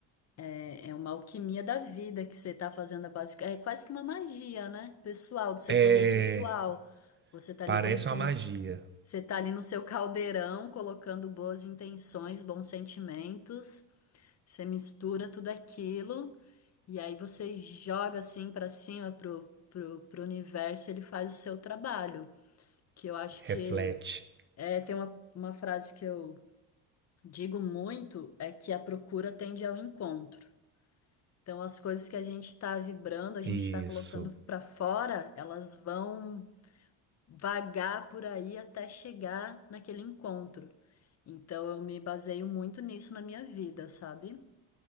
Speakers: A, on the left; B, on the right.
A: É é uma alquimia da vida que você está fazendo, é basic- é quase que uma magia, né? Pessoal, do seu
B: É,
A: poder pessoal. Você está ali
B: Parece
A: com sen-
B: uma magia.
A: você tá ali no seu caldeirão, colocando boas intenções, bons sentimentos. Você mistura tudo aquilo e aí você joga assim para cima pro, pro, pro universo, ele faz o seu trabalho. Que eu acho que
B: Reflete.
A: é, tem uma, uma frase que eu digo muito, é que a procura tende ao encontro. Então, as coisas que a gente está vibrando, a gente
B: Isso.
A: está colocando para fora, elas vão vagar por aí até chegar naquele encontro. Então, eu me baseio muito nisso na minha vida, sabe?